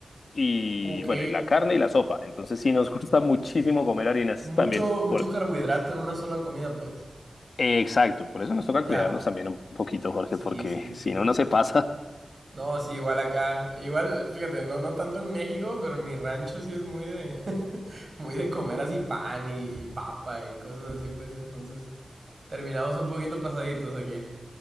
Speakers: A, on the left; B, on the right.
A: y
B: Ok,
A: bueno, y la carne y la sopa. Entonces sí nos <laughs> gusta muchísimo
B: sí, sí.
A: comer harinas
B: Mucho,
A: también.
B: mucho
A: Por...
B: carbohidrato en una sola comida, pues.
A: Eh, Exacto, por eso nos toca
B: Ya,
A: cuidarnos también un poquito, Jorge,
B: sí,
A: porque
B: sí, sí.
A: si no, no se pasa. <laughs>
B: No, sí, igual acá. Igual, fíjate, no, no tanto en México, pero en mi rancho sí es muy de, <laughs> muy de comer así pan y, y papa y cosas así, pues. Entonces, terminamos un poquito pasaditos aquí.